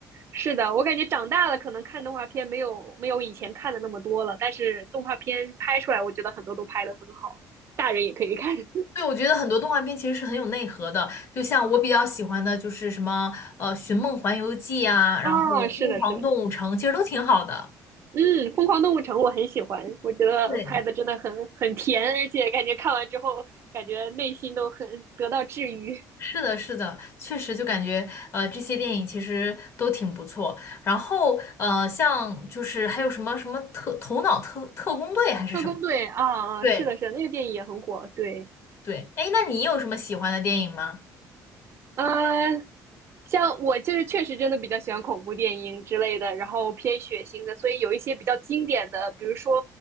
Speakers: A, on the right (about 40°); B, on the left (about 40°).
A: 是的，我感觉长大了可能看动画片没有没有以前看的那么多了，但是动画片拍出来，我觉得很多都拍得很好，大人也可以看。<laughs>
B: 对，我觉得很多动画片其实是很有内核的，就像我比较喜欢的就是什么呃《寻梦环游记》啊，然后《疯狂动物城》，
A: 哦，是的，是的，
B: 其实都挺好的。
A: 嗯，《疯狂动物城》我很喜欢，我觉得拍的真的很很甜，
B: 对。
A: 而且感觉看完之后，感觉内心都很得到治愈。
B: 是的，是的，确实就感觉呃这些电影其实都挺不错。然后呃，像就是还有什么什么特头脑特特工队还是什么？
A: 特工队啊啊，
B: 对
A: 是的，是的，那个电影也很火，对。
B: 对，哎，那你有什么喜欢的电影吗？
A: 呃，像我就是确实真的比较喜欢恐怖电影之类的，然后偏血腥的，所以有一些比较经典的，比如说